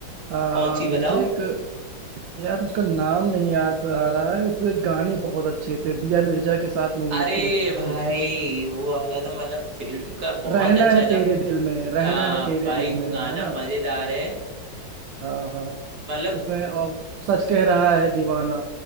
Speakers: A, on the right; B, on the right.
A: आ,
B: कौन सी
A: मुझे
B: बताओ
A: एक यार उसका नाम नहीं याद आ रहा है उसके गाने बहुत अच्छे थे दिया मिर्जा के साथ मूवी
B: अरे
A: थी उस
B: भाई
A: उसकी
B: वो वाला तो मतलब फिल्म का बहुत
A: रहना
B: अच्छा
A: है तेरे
B: था
A: दिल में रहना
B: हाँ
A: है तेरे
B: भाई
A: दिल
B: वो
A: में
B: गाना
A: है ना
B: मजेदार है
A: हाँ हाँ
B: मतलब
A: उसमें और सच कह रहा है दीवाना